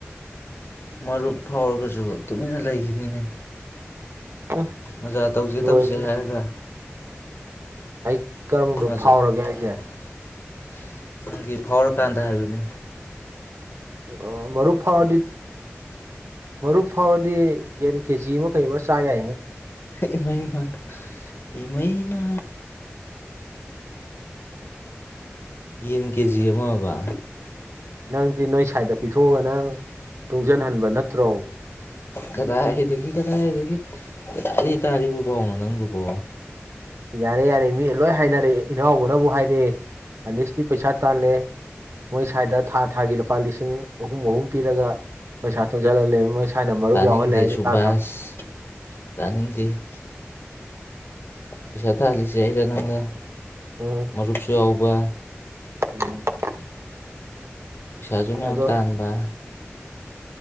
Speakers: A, on the left; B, on the right.
A: ꯃꯔꯨꯞ ꯐꯥꯎꯔꯒꯁꯨ ꯇꯨꯃꯤꯟꯅ ꯂꯩꯈꯤꯅꯤꯅꯦ
B: ꯎꯝ
A: ꯃꯖꯥ ꯇꯧꯁꯦ
B: ꯂꯣꯏꯔꯦꯅꯦ
A: ꯇꯧꯁꯦ ꯍꯥꯏꯔꯒ
B: ꯑꯩ ꯀꯔꯝꯕ ꯃꯔꯨꯞ
A: ꯃꯁ
B: ꯐꯥꯎꯔꯒꯦ ꯍꯥꯏꯁꯦ
A: <inaudible> ꯅꯪꯒꯤ ꯐꯥꯎꯔꯀꯥꯟꯗ ꯍꯥꯏꯕꯅꯦ
B: ꯑꯣ ꯃꯔꯨꯞ ꯐꯥꯎꯔꯗꯤ ꯃꯔꯨꯞ ꯐꯥꯎꯔꯗꯤ ꯌꯦꯟ ꯀꯦꯁꯤ ꯑꯃ ꯀꯩ ꯑꯃ ꯆꯥ ꯌꯥꯢꯅꯦ
A: ꯏꯃꯩꯃ ꯏꯃꯩꯃ ꯌꯦꯟ ꯀꯦꯖꯤ ꯑꯃꯕ
B: ꯅꯪꯗꯤ ꯅꯣꯏ ꯁꯥꯢꯗ ꯄꯤꯊꯣꯛꯑꯒ ꯅꯪ ꯇꯨꯡꯁꯤꯟꯍꯟꯕ ꯅꯠꯇ꯭ꯔꯣ
A: ꯀꯗꯥꯏꯗꯒꯤ ꯀꯗꯥꯏꯗꯒꯤ ꯀꯗꯥꯏꯗꯒꯤ ꯇꯥꯔꯤꯕ ꯕꯥꯎꯅꯣ ꯅꯪꯒꯤꯕꯣ
B: ꯌꯥꯔꯦ ꯌꯥꯔꯦ ꯃꯤꯅ ꯂꯣꯏ ꯍꯥꯏꯅꯔꯛꯑꯦ ꯏꯅꯥꯎꯕꯅꯕꯨ ꯍꯥꯏꯔꯛꯑꯦ ꯑꯅꯤꯁꯇꯤ ꯄꯩꯁꯥ ꯇꯥꯜꯂꯦ ꯃꯣꯏ ꯁ꯭ꯋꯥꯏꯗ ꯊꯥ ꯊꯥꯒꯤ ꯂꯨꯄꯥ ꯂꯤꯁꯤꯡ ꯑꯍꯨꯝ ꯑꯍꯨꯝ ꯄꯤꯔꯒ ꯄꯩꯁꯥ ꯇꯣꯟꯁꯤꯜꯍꯜꯂꯦ ꯃꯣꯏ ꯁꯥꯏꯅ ꯃꯔꯨꯞ
A: ꯇꯥꯅꯤꯡꯗꯦ
B: ꯌꯥꯎꯍꯜꯂꯦ
A: ꯁꯨꯕꯥꯁ
B: ꯇꯥꯗ꯭ꯔꯣ
A: ꯇꯥꯅꯤꯡꯗꯦ ꯄꯩꯁꯥ ꯇꯥꯜꯂꯤꯁꯦ ꯑꯩꯔ ꯅꯪꯔ
B: ꯎꯝ
A: ꯃꯔꯨꯞꯁꯨ ꯌꯥꯎꯕ
B: ꯎꯝ <inaudible>
A: ꯄꯩꯁꯥꯁꯨ ꯃꯌꯥꯝ
B: ꯑꯗꯣ
A: ꯇꯥꯟꯕ